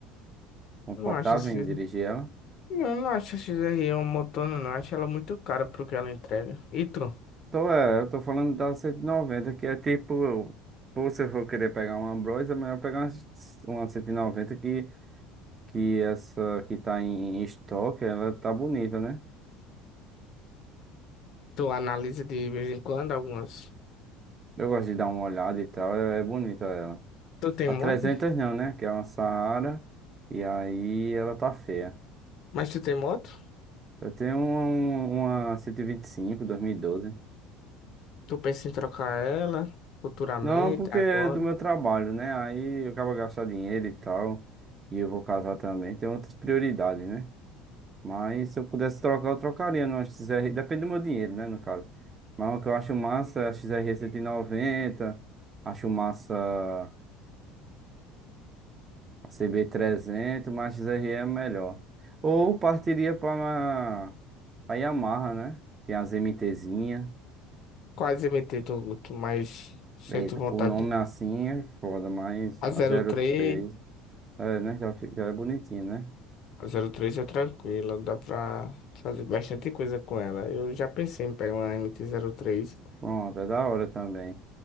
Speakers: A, on the right; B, on the left.
A: Confortável
B: Não acho esse.
A: em dirigir ela.
B: Eu não acho a XR um motor, não. Eu acho ela muito cara pro que ela entrega. E tu?
A: Tô, é, eu tô falando da 190, que é tipo, pô, se eu for querer pegar uma Bros, é melhor pegar uma, uma 190 que, que essa que tá em, estoque, ela tá bonita, né?
B: Tu analisa de vez em quando algumas.
A: Eu gosto de dar uma olhada e tal, é, é bonita ela.
B: Tu tem
A: A
B: moto?
A: 300 não, né? Que é uma Saara, e aí ela tá feia.
B: Mas tu tem moto?
A: Eu tenho uma, uma 125, 2012.
B: Tu pensa em trocar ela futuramente,
A: Não, porque
B: agora?
A: é do meu trabalho, né? Aí eu acabo gastando dinheiro e tal, e eu vou casar também, tem outras prioridades, né? Mas se eu pudesse trocar, eu trocaria numa XR. Depende do meu dinheiro, né, no caso. Mas o que eu acho massa é a XRE noventa acho massa a CB trezentos mas a XRE é melhor. Ou partiria para a Yamaha, né? Tem as MTzinha.
B: Quase MT, tô, tô mais sinto
A: Eita,
B: vontade
A: por nome
B: de...
A: assim é foda, mas
B: A
A: a
B: zero
A: 03.
B: três
A: É, né? Já, fica- já é bonitinho, né?
B: a zero três é tranquila, dá pra fazer bastante coisa com ela. Eu já pensei em pegar uma MT-03.
A: Pronto, é da hora também.